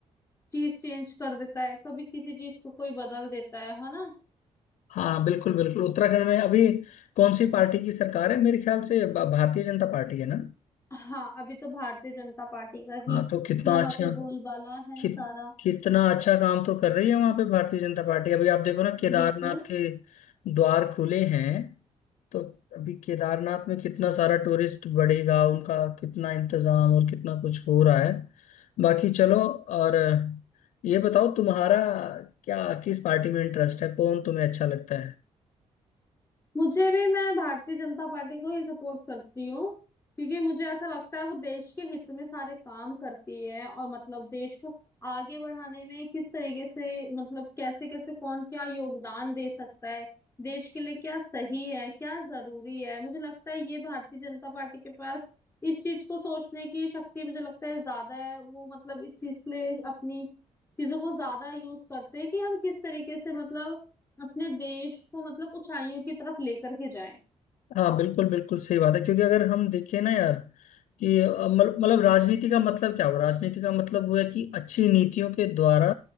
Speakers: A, on the left; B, on the left.
A: चीज चेंज कर देता है कभी किसी चीज को कोई बदल देता है है ना
B: हाँ बिल्कुल बिल्कुल उत्तराखंड में अभी कौन सी पार्टी की सरकार है मेरे ख्याल से भा- भारतीय जनता पार्टी है ना
A: हाँ अभी तो भारतीय जनता पार्टी का ही
B: हाँ तो कितना
A: यहाँ
B: अच्छा
A: पे बोलबाला है
B: कित,
A: सारा
B: कितना अच्छा काम तो कर रही है वहां पे भारतीय जनता पार्टी अभी आप देखो ना केदारनाथ
A: बिल्कुल
B: के द्वार खुले हैं तो अभी केदारनाथ में कितना सारा टूरिस्ट बढ़ेगा उनका कितना इंतजाम और कितना कुछ हो रहा है बाकी चलो और ये बताओ तुम्हारा क्या किस पार्टी में इंटरेस्ट है कौन तुम्हें अच्छा लगता
A: मुझे भी मैं भारतीय जनता पार्टी को ही सपोर्ट करती हूँ क्योंकि मुझे ऐसा लगता है वो देश के हित में सारे काम करती है और मतलब देश को आगे बढ़ाने में किस तरीके से मतलब कैसे कैसे कौन क्या योगदान दे सकता है देश के लिए क्या सही है क्या जरूरी है मुझे लगता है ये भारतीय जनता पार्टी के पास इस चीज को सोचने की शक्ति मुझे लगता है ज्यादा है वो मतलब इस चीज के लिए अपनी चीजों को ज्यादा यूज करते हैं कि हम किस तरीके से मतलब अपने देश को मतलब ऊंचाइयों की तरफ लेकर के जाएं
B: हाँ बिल्कुल बिल्कुल सही बात है क्योंकि अगर हम देखें ना यार कि अ, मल- मतलब राजनीति का मतलब क्या हुआ राजनीति का मतलब हुआ कि अच्छी नीतियों के द्वारा